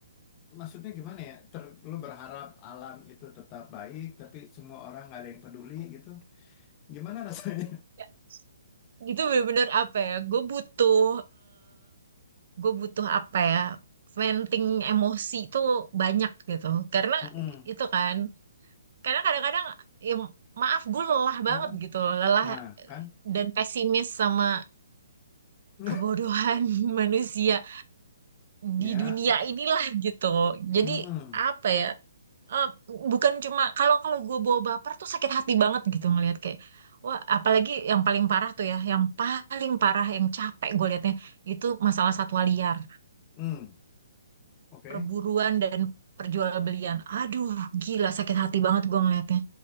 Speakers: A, on the left; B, on the right.
A: maksudnya gimana ya? Ter, lu berharap alam itu tetap baik, tapi semua orang nggak ada yang peduli gitu. Gimana rasanya?
B: Ya, Itu bener-bener apa ya? Gue butuh, gue butuh apa ya? Venting emosi itu banyak gitu. Karena
A: <laughs> Mm-mm.
B: itu kan, karena kadang-kadang, ya, maaf gue lelah
A: Mm-mm.
B: banget gitu, loh. lelah
A: Nah, kan?
B: dan pesimis sama
A: <laughs>
B: kebodohan <laughs> manusia
A: Ya.
B: di dunia inilah gitu. Jadi
A: Mm-mm.
B: apa ya? eh, bukan cuma kalau kalau gue bawa baper tuh sakit hati banget gitu ngelihat kayak wah apalagi yang paling parah tuh ya yang paling parah yang capek gue liatnya itu masalah satwa liar
A: Mm-mm. Oke.
B: perburuan dan perjualbelian aduh gila sakit hati banget gue ngeliatnya